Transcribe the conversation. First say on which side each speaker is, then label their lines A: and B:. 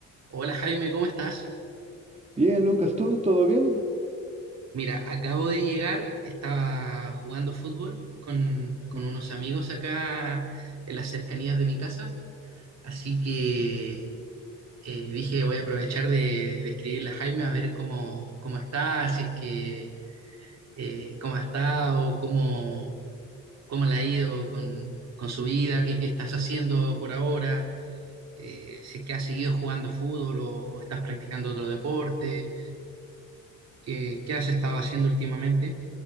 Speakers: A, on the right; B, on the right.
A: Hola Jaime, ¿cómo estás?
B: Bien, Lucas, ¿tú todo bien?
A: Mira, acabo de llegar, estaba jugando fútbol con, con
B: Mm.
A: unos amigos acá en las cercanías de mi casa, así que eh, dije voy a aprovechar de, de escribirle a Jaime a ver cómo, cómo está, si es que eh, cómo ha estado, cómo, cómo le ha ido con, con su vida, qué, qué estás haciendo por ahora, eh, si es que has seguido jugando fútbol o, o estás practicando otro deporte, qué, qué has estado haciendo últimamente.